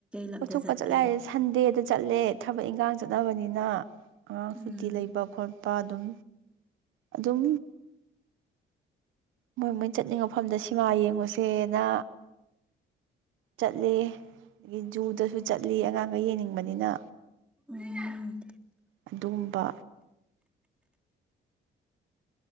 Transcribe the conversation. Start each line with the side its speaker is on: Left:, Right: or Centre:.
Centre: ꯂꯝꯗ
Right: ꯀꯣꯏꯊꯣꯛꯄ
Centre: ꯆꯠꯀꯦ
Right: ꯆꯠꯂꯦ ꯍꯥꯏꯁꯦ ꯁꯟꯗꯦꯗ ꯆꯠꯂꯦ ꯊꯕꯛ ꯏꯟꯈꯥꯡ ꯆꯠꯅꯕꯅꯤꯅ ꯑꯉꯥꯡ
Centre: ꯎꯝ
Right: ꯁꯨꯇꯤ ꯂꯩꯕ ꯈꯣꯠꯄ ꯑꯗꯨꯝ ꯑꯗꯨꯝ ꯃꯣꯏ ꯃꯣꯏ ꯆꯠꯅꯤꯡꯕ ꯃꯐꯝꯗ ꯁꯤꯃꯥ ꯌꯦꯡꯉꯨꯁꯦꯅ ꯆꯠꯂꯤ ꯑꯗꯒꯤ ꯖꯨꯗꯁꯨ ꯆꯠꯂꯤ ꯑꯉꯥꯡꯒꯩ ꯌꯦꯡꯅꯤꯡꯕꯅꯤꯅ
Centre: ꯎꯝ
Right: ꯑꯗꯨꯒꯨꯝꯕ